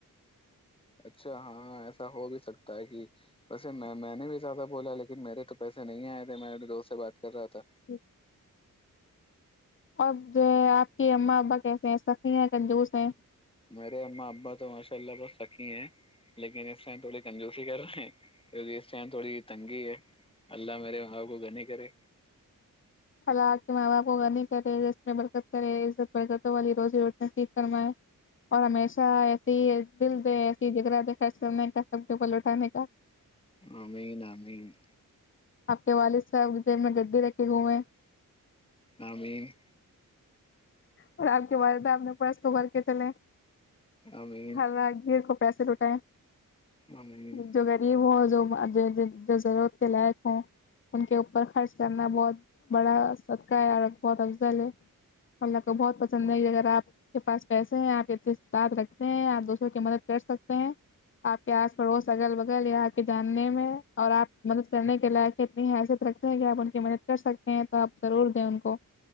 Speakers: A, on the left; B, on the left.
A: اچھا ہاں ایسا ہو بھی سکتا ہے کہ ویسے میں میں نے بھی زیادہ بولا لیکن میرے تو پیسے نہیں آئے تھے میں اپنے دوست سے بات کر رہا تھا
B: جی اور جو ہے آپ کی اماں ابا کیسے ہیں سقی ہیں کنجوس ہیں
A: میرے اماں ابا تو ماشاء اللہ بہت سکی ہیں لیکن اس ٹائم تھوڑی کنجوسی کر رہے ہیں کی اس ٹائم تھوڑی تنگی ہے اللہ میرے بابا غنی کرے
B: اللہ آپکے ماں باپ غنی کرے رزق میں برکت کرے برکتوں والی روزی روٹی نصیب فرمائےیں اور ہمیشہ دل دے ایسی جگرا دے خرچا کرنے کا سبوں کو لوٹانے کا
A: آمین آمین
B: آپ کے والد صاحب جیب میں گڈی ر کے گھومیں
A: آمین
B: اور آپ کے والدہ آپ نے پڑس خبھر کے چلے
A: آمین
B: ہر راہگر کو پیسے لٹائے
A: آمین
B: جو گ <unintelligible> جو ضرورت کے لائق ہوں ان کے اوپر خرچ کرنا بہت بڑا اس کا ارکھوتاک جل اللہ کو بہت پسند ہے اگر آپ کے پاس پیسے ہیں آپ اتنے ساتھ رکھتے ہیں آپ دوسروں کی مدد کر سکتے ہیں آپ کے آس پڑوس اگل بگل یا آپ کے جاننے میں اور آپ مدد کرنے کے لائق اتنی حیثیت رکھتے ہیں کہ آپ ان کی مدد کر سکتے ہیں تو آپ ضرور دیں ان کو